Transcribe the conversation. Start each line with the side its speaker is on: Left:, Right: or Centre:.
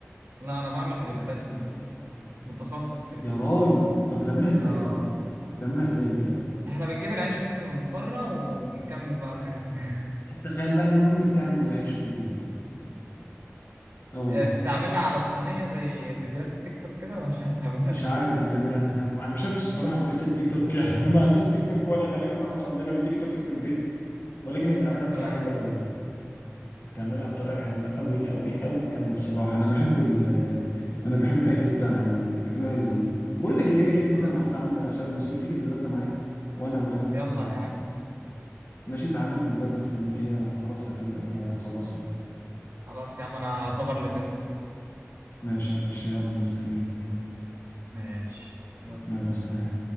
Right: لا انا بعمل كريبات
Left: آه...
Right: في البيت الصراحه متخصص كريبات
Left: يا راجل طب بتعملها ازاي
Right: اه
Left: طيب بتعملها ازاي بجد
Right: احنا بنجيب العيش بس من بره ونكمل بقى الحاجات اللي
Left: تخيل بقى ان انا امي بتعمل العيش في البيت
Right: <laughs>
Left: اه والله
Right: آه، بتعملها على الصينية زي فيديوهات التيك توك كده ولا <laughs> بتعملها
Left: مش عارف بتعملها
Right: ايه؟
Left: ازاي انا ما أنا ما شفتش الصراحه فيديوهات التيك توك يعني <laughs> أنا ما عنديش تيك توك ولا غالبا ما حدش عندنا بتيك توك في البيت ولكن هي بتعملها بطريقه
Right: اه
Left: حلوه قوي يعني بتعملها بطريقه حلوه قوي قوي قوي قوي بصراحه انا بحب ال انا بحب الاكل بتاعها يعني اكلها لذيذ بقول لك ايه هي كده كده
Right: اه
Left: النهارده عامله شاورما سوري تيجي تتغدى معايا وانا هقول لها تعمل
Right: يلا
Left: حسابك
Right: يا عم
Left: يعني ماشي تعالى لي، انا دلوقتي مستنيك هي خلاص هتبدا فيها وهتخلصها
Right: خلاص يا عم انا اعتبر لبستك
Left: ماشي يا باشا يلا مستنيك
Right: ماشي يلا.
Left: يلا سلام